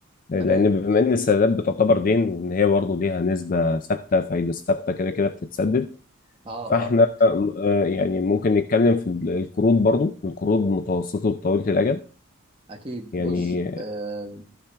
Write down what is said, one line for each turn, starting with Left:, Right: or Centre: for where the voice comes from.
Left: لأن
Right: تمام
Left: بما
Right: اوكي
Left: إن السندات بتعتبر دين وإن هي برضه ليها نسبة ثابتة فايدة ثابتة كده كده بتتسدد
Right: اه اه
Left: فاحنا
Right: اه
Left: آه، يعني ممكن نتكلم في ال- القروض برضه القروض متوسطة وطويلة الأجل
Right: اكيد
Left: يعني
Right: بص آه